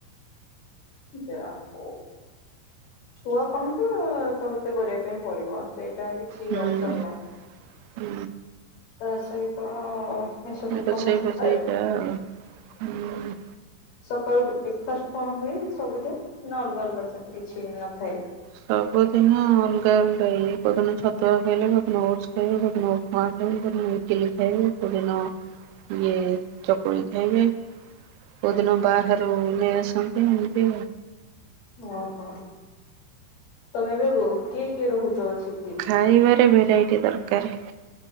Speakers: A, on the left; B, on the right.
A: ଯା ହଉ ଛୁଆ କାମ ତ ତ ମତେ କରିବା ପାଇଁ ପଡିବ, ସେଇଟା କିଛି
B: ହୁଁ
A: ଅପ୍ସନ୍ ନାହିଁ।
B: <inaudible>
A: ତା ସହିତ ସବୁ
B: ରୋଷେଇ
A: କାମ
B: ଫୋଷେଇ
A: ଆଇ
B: ଯାହା ଆଉ ହୁଁ
A: ସକାଳୁ ବ୍ରେକ୍ଫାଷ୍ଟ କଣ ହୁଏ, ସବୁଦିନ ନା ଅଲଗା-ଅଲଗା ସେମ୍ତି କିଛି ନଥାଏ?
B: ସବୁଦିନ ଅଲଗା-ଅଲଗା ହେଇଯାଏ, କୋଉଦିନ ଛତୁଆ ଖାଇଲେ କୋଉଦିନ ଓଟ୍ସ ଖାଇଲେ କୋଉଦିନ <inaudible> ଇଟିଲି ଖାଏ, କୋଉ ଦିନ ଇଏ ଚକୁଳି ଖାଇବେ। କୋଉଦିନ
A: ହୁଁ
B: ବାହାରୁ ନେଇ ଆସନ୍ତି ଏମ୍ତି
A: ଓହୋ, ତମେ ଏବେ କିଏ-କିଏ ରହୁଚ ସେଠି?
B: ଖାଇବାରେ ଭେରାଇଟି ଦରକାର।